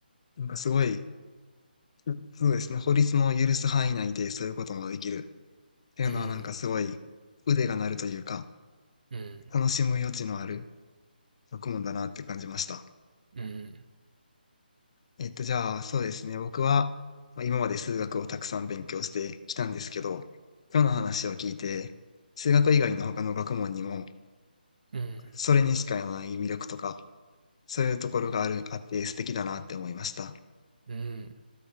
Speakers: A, on the left; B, on the right.
A: なんかすごい、うそうですね、法律の許す範囲内でそういうこともできるっていうのはなんかすごい腕が鳴るというか、
B: うん、うん、
A: 楽しむ余地のある学問だなって感じました。
B: うん、
A: えっと、じゃあそうですね、僕は、まあ、今まで数学をたくさん勉強してきたんですけど、今日の話を聞いて、数学以外の他の学問にも、
B: うん、
A: それにしかない魅力とか、そういうところがある、あって素敵だなって思いました。
B: うん。